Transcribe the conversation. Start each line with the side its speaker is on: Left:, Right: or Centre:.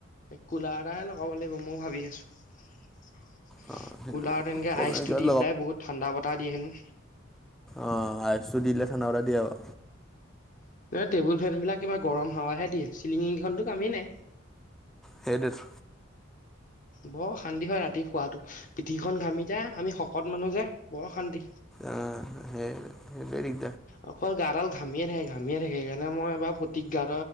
Left: কুলাৰ এটাহে লগাব লাগিব মইও ভাবি আছোঁ।
Centre: অ' সেইটোৱে
Left: কুলাৰত এনেকে
Centre: কমপ্লেইন
Left: আইচটো
Centre: কিবাত
Left: দি পেলাই বহুত ঠাণ্ডা বতাহ দিয়ে হেনো।
Centre: অহ আইচটো দিলে ঠাণ্ডা বতাহ দিয়ে আৰু
Left: টেবুল ফেন বিলাক কিবা গৰম হাৱাহে দিয়ে চিলিঙিখনো কামে নাই।
Centre: সেইটোৱেতো
Left: বৰ অশান্তি হয় ৰাতি শোৱাতো পিঠিখন ঘামি যাই আমি শকত মানুহ যে বৰ অশান্তি।
Centre: অহ হেৰি
Left: অকল গাডাল ঘামিয়ে থাকে ঘামিয়ে থাকে সেইকাৰণে মই এইবাৰ প্ৰতিজ্ঞা